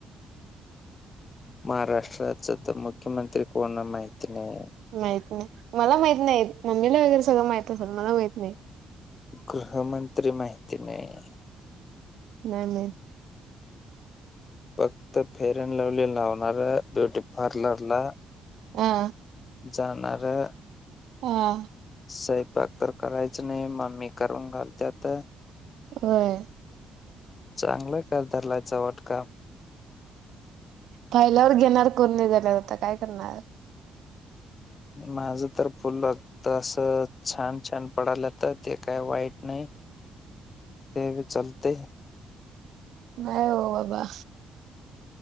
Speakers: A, on the left; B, on the right.
A: महाराष्ट्राचा तर मुख्यमंत्री कोण आहे माहिती नाहिये.
B: माहित नाही मला माहित नाही मम्मीला वगैरे सगळं माहित असेल मला माहित नाही.
A: गृहमंत्री माहिती नाही
B: नाही माहित.
A: फक्त फेअर अँड लवली लावणार ब्युटी पार्लर ला
B: हा
A: जाणारं
B: ह
A: स्वयंपाक तर करायच नाही मग मम्मी करून घालते आता.
B: होय
A: चांगलंय का धरलायचां वाट का.
B: पाहिल्यावर घेणार कोण नाही झाल्यावर आता काय करणार?
A: माझं तर फुल त असं छान छान पडलं तर ते काय वाईट नाही. ते भी चालतंय.
B: नाही हो बाबा.